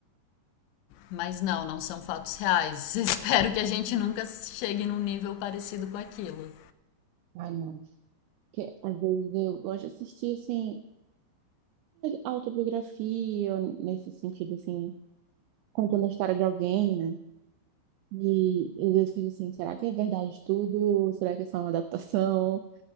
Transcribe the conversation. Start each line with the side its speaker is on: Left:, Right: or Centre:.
Left: mas não, não são fatos reais. <laughs> Espero que a gente nunca chegue num nível parecido com aquilo.
Right: Ai, não. Porque às vezes eu gosto de assistir, assim, autobiografia, nesse sentido, assim, contando a história de alguém, né? E às vezes eu fico assim, será que é verdade tudo? Será que é só uma adaptação?